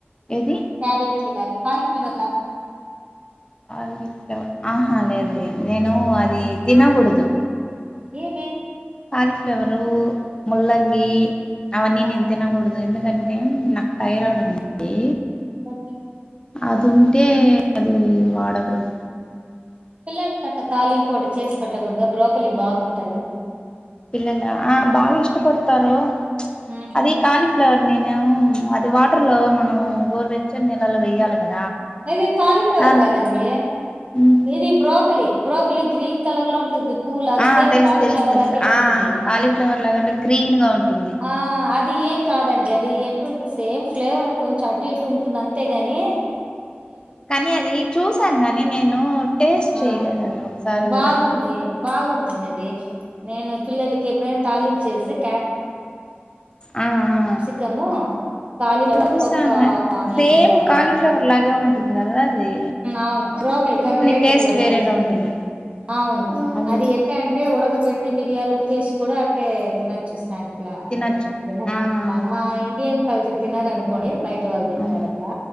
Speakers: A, on the left (about 20°); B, on the right (about 30°).
A: ఏది
B: క్యాబేజి ఇలాగ కాలిఫ్లవర్ లాగ ఉన్
A: ఆల్ది ఫ్లవర్ ఆహా లేదు లేదు నేను అది తినగూడదు
B: ఏమీ
A: కాలీఫ్లవరూ ముల్లంగీ అవన్ని
B: ఆహా!
A: నేను తినగూడదు ఎందు కంటే నాక్ థైరాయిడ్
B: ఆ!
A: ఉందీ
B: ఓకే.
A: అదుంటే అది వాడగూడదు
B: పిల్లల గట్టా తాలింపు ఒకటి చేసి పెట్టకూడాద బ్రోకలి బాగుండదు
A: పిల్లల ఆ బాగ ఇష్టపడతారు
B: ఉమ్
A: అది ఖాలి కాళీ ఫ్లవర్ నేను అది వాటర్ లో మనం గోరువెచ్చని నీళ్లలో వెయాలి కదా
B: ఇది కాలిఫ్లవర్
A: దాంట్లో
B: కదండి
A: మ్
B: ఇది బ్రో బ్రోకలీ బ్రోకలీ గ్రీన్ కలర్ లో ఉంటుంది పూలాగా
A: ఆ
B: సేమ్
A: తెలుసు
B: కాలీఫ్లవర్
A: తెలుసు తెలుసు
B: లాగే ఉంటుంది
A: ఆ కాలీఫ్లవర్ లాగానే గ్రీన్ గా ఉంటుంది
B: ఆ అది ఏం కాదండి అది ఎటు ఉంటుంది సేమ్ ఫ్లేవర్ కొంచెం అటు ఇటు ఉంటుంది అంతే గాని
A: కానీ అది చూసాను గాని నేను టేస్ట్
B: ఆ
A: చేయలేదండి ఒకసారి
B: బాగుంది
A: కూడా
B: బాగుందండి అది నేను పిల్లలకి ఎప్పుడైనా తాలింపు చేసి క్యాపి
A: ఆ ఆ
B: క్యాప్సికం కాలిఫ్లవర్
A: చూసాను
B: ఒక
A: గాని
B: ఆనియన్
A: సేమ్
B: వేర
A: కాలీఫ్లవర్ లాగే ఉంటుంది కదా అది
B: అవును బ్రోకల్ కానీ రేట్
A: టేస్ట్
B: ఎక్కువ
A: వేరేగా
B: దానికి దీనికి
A: ఉంటుంది
B: అవును
A: అవును
B: అది ఎట్ట అంటే ఉడక పెట్టి మిరియాలు కేష్ కూడా అట్టే తినొచ్చుస్తు స్నాక్స్ లా అంటే
A: తినొచ్చు
B: తిన్న
A: ఆ
B: మన
A: ఆ
B: ఇండియన్ కల్చర్ తినరు అనుకొని బయట వాళ్ళు తింటారు
A: అవును
B: అట్లా